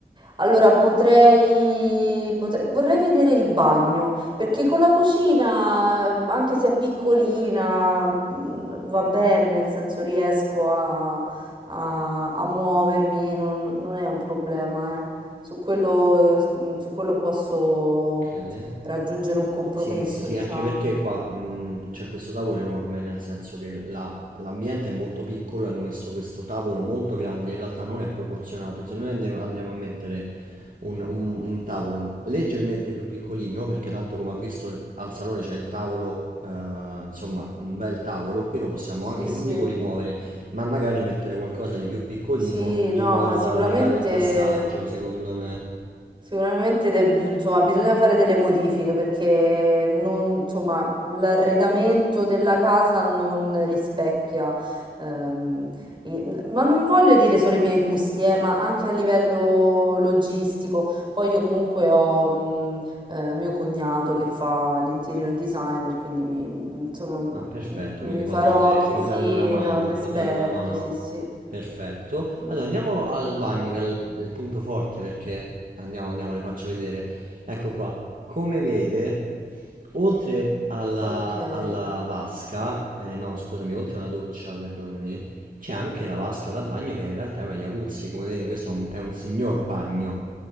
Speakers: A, on the right; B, on the right.
A: allora potrei, potre- vorrei vedere il bagno, perché con la cucina, eh, anche se è piccolina, mh, va bene, nel senso riesco a, a- a muovermi, non, non è un problema, eh. Su quello, eh, s- mh, su quello posso
B: Ok.
A: raggiungere un compromesso,
B: Sì, sì, sì,
A: diciamo.
B: anche perché qua mh, c'è questo tavolo enorme, nel senso che la- l'ambiente è molto piccolo e hanno messo questo tavolo molto grande, in realtà non è proporzionato. Se noi andiamo, andiamo a mettere un, un- un tavolo leggermente più piccolino, perché tanto come ha visto al salone c'è il tavolo, eh, insomma, un bel tavolo, qui lo possiamo
A: Sì,
B: anche,
A: sì,
B: non dico rimuovere, ma magari mettere qualcosa di più piccolino
A: sì, no,
B: in modo
A: ma sicuramente,
B: da allargare il passaggio, secondo me.
A: sicuramente de- insomma, bisogna fare delle modifiche perché non- insomma, l'arredamento della casa non rispecchia. ehm, i- ma non voglio dire solo i miei gusti, eh, ma anche a livello logistico. Poi io comunque ho mh, eh, mio cognato che fa l'interior designer, quindi mi- insomma, Mh,
B: Ah, perfetto,
A: mi
B: quindi può
A: farò
B: darle,
A: chie
B: può
A: sì,
B: darle una mano,
A: da un esperto,
B: può darle una mano.
A: sì, sì.
B: Perfetto.
A: Mh.
B: Allora andiamo al
A: Sì,
B: bagno,
A: sì.
B: che è il, il punto forte, perché andiamo, andiamo, le faccio vedere. Ecco qua, come vede, oltre alla,
A: Okay,
B: alla vasca, eh, no, scusami, oltre alla doccia, perdonami, c'è anche la vasca da bagno che in realtà è una jacuzzi, come vedi questo è un, è un signor bagno.